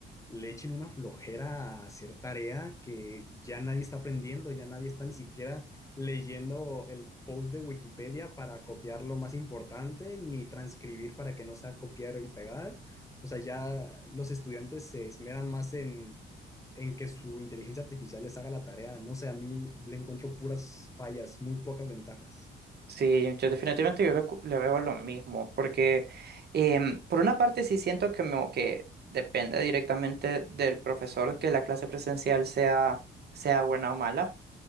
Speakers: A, on the left; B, on the right.
A: le echen una flojera a hacer tarea que ya nadie está aprendiendo, ya nadie está ni siquiera leyendo el post de Wikipedia para copiar lo más importante, ni transcribir para que no sea copiar y pegar. O sea, ya los estudiantes se esmeran más en, en que su inteligencia artificial les haga la tarea. No sé, a mí le encuentro puras fallas, muy pocas ventajas.
B: Sí, yo definitivamente yo le, cu- le veo lo mismo, porque em, por una parte sí siento que, me- que depende directamente del profesor que la clase presencial sea, sea buena o mala.